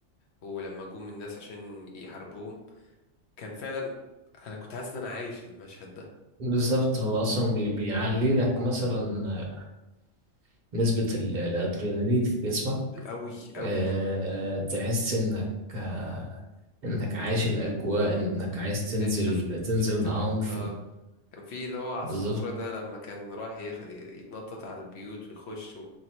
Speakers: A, on the left; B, on the right.
A: ولما جم الناس عشان يحاربوهم كان فعلا انا كنت حاسس ان انا عايش المشهد ده
B: بالظبط هو أصلا بي- بيعلي لك مثلا نسبة ال- الأدرينالين في جسمك
A: ب- قوي قوي
B: آه آه، تحس إنك آه، انك عايش الاجواء
A: امم
B: انك عايز تنزل
A: شفت
B: تنزل
A: شفت
B: معاهم
A: ك-
B: في
A: اه كان في اللي هو عصفورة
B: بالظبط
A: ده لما كان رايح يخ... يتنطط على البيوت ويخش